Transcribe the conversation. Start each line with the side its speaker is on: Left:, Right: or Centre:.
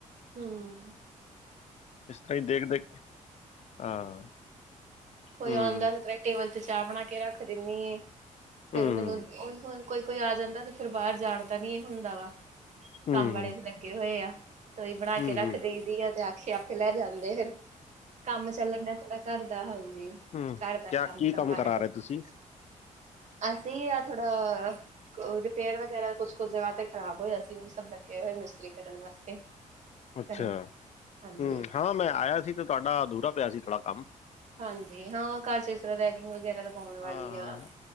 Right: ਹੂੰ।
Left: ਇਸ ਤਰਾਂ ਈ ਦੇਖ-ਦੇਖ ਕੇ ਹਾਂ
Right: ਹਮ ਕੋਈ
Left: ਹੂੰ
Right: ਆਉਂਦਾ ਸੀ ਤ ਟੇਵਲ ਚ ਚਾਅ ਬਣਾ ਕੇ ਰੱਖ ਦਿੰਨੀ ਐਂ, ਫਿਰ
Left: ਹੂੰ
Right: ਮੈਨੂੰ ਓਈ ਹੋ ਕੋਈ-ਕੋਈ ਆ ਜਾਂਦਾ ਤੇ ਫਿਰ ਬਾਹਰ ਜਾਣ ਦਾ ਨੀ ਹੁੰਦਾ ਵਾ,
Left: ਹੂੰ
Right: ਕੰਮ ਵਾਲੇ ਵੀ ਲੱਗੇ ਹੋਏ ਆ। ਤਈ ਬਣਾ
Left: ਹੂੰ
Right: ਕੇ ਰੱਖ
Left: ਹੂੰ
Right: ਦੇਈਦੀ ਐ ਤੇ ਆਖੇ ਆਪੇ ਲੈ ਜਾਂਦੇ ਫਿਰ। ਕੰਮ ਚੱਲਣ ਡਿਆ ਥੋੜਾ ਘਰ ਦਾ ਹਾਂਜੀ।
Left: ਹਮ
Right: ਘਰ ਦਾ
Left: ਕਿਆ ਕੀ
Right: ਕਰਵਾ
Left: ਕੰਮ ਕਰਾ
Right: ਥੋੜਾ
Left: ਰਹੇ ਤੁਸੀਂ।
Right: ਅਸੀਂ ਆ ਥੋੜਾ ਕੋ ਰਪੇਅਰ ਵਗੈਰਾ ਕੁਸ-ਕੁਸ ਜਗ੍ਹਾ ਤੇ ਖਰਾਬ ਹੋਇਆ ਸੀ ਵੀ ਸਭ ਲੱਗੇ ਹੋਏ ਮਿਸਤਰੀ ਕਰਨ ਵਾਸਤੇ।
Left: ਅੱਛਾ
Right: ਘਰੇ ਹਾਂਜੀ
Left: ਹਮ ਹਾਂ ਮੈਂ ਆਇਆ ਸੀ ਤੇ ਤੁਹਾਡਾ ਅਧੂਰਾ ਪਿਆ ਸੀ ਥੋੜ੍ਹਾ ਕੰਮ।
Right: ਹਾਂਜੀ ਹਾਂ ਘਰ ਚ ਇਸ ਤਰਾ ਰੈਡਿੰਗ ਵਗੈਰਾ ਲਗਾਉਣ ਵਾਲੀ
Left: ਹਾਂ
Right: ਆ,